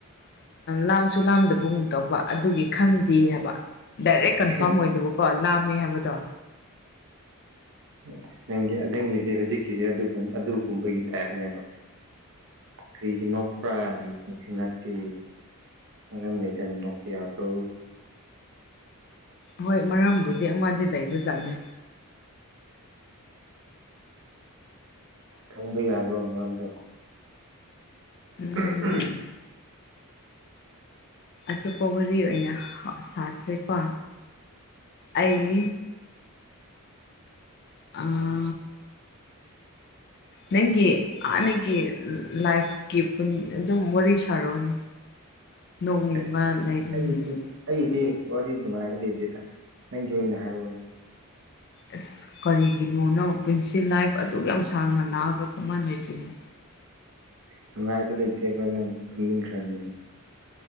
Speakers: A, on the left; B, on the right.
A: ꯂꯥꯝꯁꯨ ꯂꯥꯝꯗꯕꯒꯨꯝ ꯇꯧꯕ ꯑꯗꯨꯒꯤ ꯈꯪꯗꯦ ꯍꯥꯏꯕ ꯗꯥꯏꯔꯦꯛ ꯀꯟꯐꯥꯔꯝ
B: ꯑꯁ
A: ꯑꯣꯏꯗꯕꯀꯣ ꯂꯥꯝꯃꯦ ꯍꯥꯏꯕꯗꯣ
B: ꯑ ꯅꯪꯒꯤ ꯅꯪꯒꯤꯁꯤ ꯍꯧꯖꯤꯛꯀꯤꯁꯦ ꯑꯗꯨꯒꯨꯝꯕꯒꯤ ꯇꯥꯏꯞꯅꯦꯕ ꯀꯔꯤꯒꯤ ꯅꯣꯛꯄ꯭ꯔꯥ ꯀꯔꯤꯁꯨ ꯅꯠꯇꯦ ꯃꯔꯝ ꯂꯩꯗꯅ ꯅꯣꯛꯄ ꯌꯥꯕ꯭ꯔꯣ
A: ꯍꯣꯏ ꯃꯔꯝꯕꯨꯗꯤ ꯑꯃꯗꯤ ꯂꯩꯕꯖꯥꯠꯅꯤ
B: ꯈꯪꯕ ꯌꯥꯈ꯭ꯔꯣ ꯃꯔꯝꯗꯣ
A: ꯎꯝ
B: ꯑ ꯎ <unintelligible>
A: ꯑꯇꯣꯞꯄ ꯋꯥꯔꯤ ꯑꯣꯏꯅ ꯁꯥꯁꯦꯀꯣ ꯑꯩ ꯑ ꯅꯪꯒꯤ ꯍꯥꯟꯅꯒꯤ ꯂꯥꯏꯐꯀꯤ ꯑꯗꯨꯝ ꯋꯥꯔꯤ ꯁꯥꯔꯛꯑꯣꯅꯦ
B: <inaudible>
A: ꯅꯣꯛꯅꯤꯡꯕ
B: ꯑꯁ
A: ꯂꯩꯗꯅ
B: ꯑꯩꯒꯤꯗꯤ ꯑꯩꯒꯤꯗꯤ ꯋꯥꯔꯤ ꯅꯨꯡꯉꯥꯏꯕ ꯂꯩꯇꯦꯗ ꯅꯪꯒꯤ ꯑꯣꯏꯅ ꯍꯥꯏꯔꯛꯑꯣꯅꯦ
A: ꯑꯁ ꯀꯔꯤꯒꯤꯅꯣ ꯅꯪ ꯄꯨꯟꯁꯤ ꯂꯥꯏꯐ ꯑꯗꯨ ꯌꯥꯝ ꯁꯥꯡꯅ ꯂꯥꯛꯑꯒ ꯀꯃꯥꯏꯅ ꯂꯩꯇ꯭ꯔꯤꯅꯣ
B: ꯅꯨꯡꯉꯥꯏꯕ ꯂꯩꯇꯦꯕ ꯅꯪ ꯇꯨꯝꯅꯤꯡꯈ꯭ꯔꯅꯤ